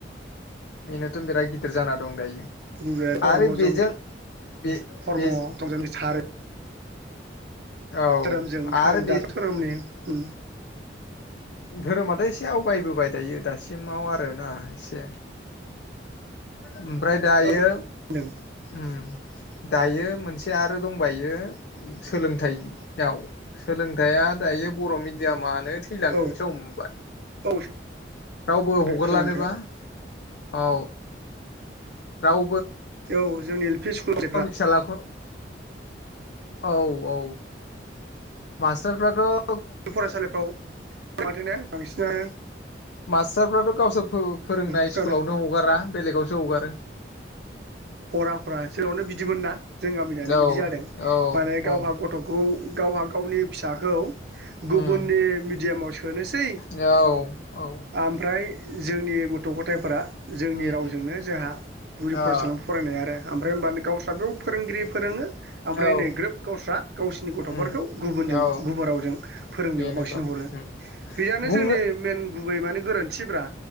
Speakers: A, on the left; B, on the right.
A: बेनोथ' बिराद गिदिर जाना दं दायो
B: <unintelligible>
A: आरो बेजों बे बे औ
B: धोरोमजों धोरोम
A: आरो बे
B: दाथ' धोरोमनि ओम
A: धोरोमाथ' एसे आवगायबोबाय दायो दासिम सिमाव आरोना एसे ओमफ्राय दायो
B: औ होनदों
A: ओम दायो मोनसे आरो दंबायो सोलोंथाइ याव सोलोंथाइया दायो बर' मिडियामानो थैलां
B: औ
A: एसे हमबाय
B: औ
A: रावबो
B: सोलोंथाइ
A: हगारलानोबा
B: सोलोंथायाइयाव
A: औ आ राव
B: औ जोंनि एल पि स्कुलनिफ्रा
A: फिसालाखौ औ औ मासटारफ्राथ'
B: फरायसालिफ्राव माथो बांसिनानो
A: मास्टारफ्राथ' गावसोर फोरोंनाय
B: खोनादों
A: स्कुलावनो हगारा बेलेगावसो हगारो
B: हरा फरा सोरावनो बिदिमोन ना जों गामिनानै
A: औ
B: बिदि जादों
A: औ
B: माने गावहा
A: औ
B: गथ'खौ गावहा गावनि फिसाखौ
A: उम
B: गुबुननि मिडियामाव सोनोसै
A: औ औ
B: ओमफ्राय जोंनि गथ' गथायफोरा जोंनि
A: उम
B: रावजोंनो जाहा गुदि फरायसालिया
A: अ
B: आरो ओमफ्राय होनबानो गावस्राबो फोरोंगिरि फोरोङो ओमफ्राय
A: औ
B: नै ग्रोब गावस्रा गावसिनि गथ'फोरखौ
A: उम
B: गुबुनजों
A: औ
B: गुबुन रावजों फोरोंनायाव
A: बेनोथ'
B: बांसिन
A: उम
B: हरो बेयानो
A: बुंनो
B: जोंनि मेन गुबै माने गोरोन्थि ब्रा